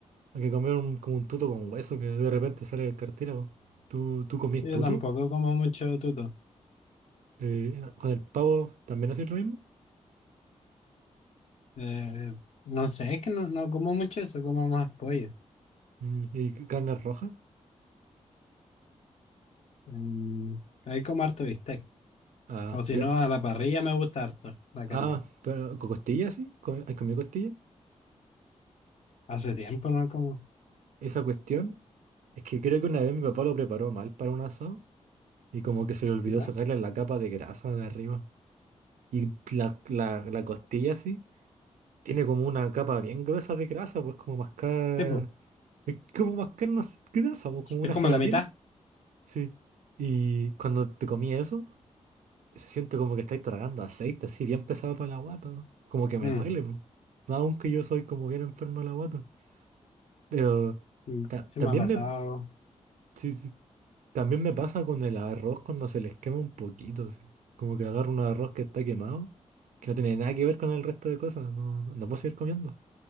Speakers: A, on the right; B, on the left.
A: Hay que comer un- como un tuto con hueso que de repente sale del cartílago. ¿Tú, tú comís
B: Yo
A: tuto?
B: tampoco como mucho tuto.
A: Eh, ¿con el pavo también haces lo mismo?
B: Eh, no sé, es que no, no como mucho eso, como más pollo.
A: Mm, ¿y c- carne roja?
B: Mm, ahí como harto bistec.
A: Ah,
B: O si
A: pero,
B: no, a la parrilla me gusta harto la
A: ah,
B: carne.
A: pero ¿con costillas sí? ¿Con- ¿Hay comido costilla
B: Hace tiempo no como.
A: Esa cuestión es que creo que una vez mi papá lo preparó mal para un asado y como que se le olvidó
B: ¿Verdad?
A: sacarle la capa de grasa de arriba. Y la, la, la costilla así tiene como una capa bien gruesa de grasa, pues como mascar.
B: Tipo,
A: Es como mascar una s- grasa, pues como una
B: es como
A: gelatina.
B: la mitad.
A: Sí. Y cuando te comí eso, se siente como que estáis tragando aceite así, bien pesado para la guata. Como que me
B: Mm,
A: duele, pues. Aunque yo soy como bien enfermo de la guata. Pero
B: mm,
A: ta-
B: se
A: también
B: me ha pasado.
A: me. Sí, sí. También me pasa con el arroz cuando se les quema un poquito, así. Como que agarro un arroz que está quemado, que no tiene nada que ver con el resto de cosas, no, no, no puedo seguir comiendo.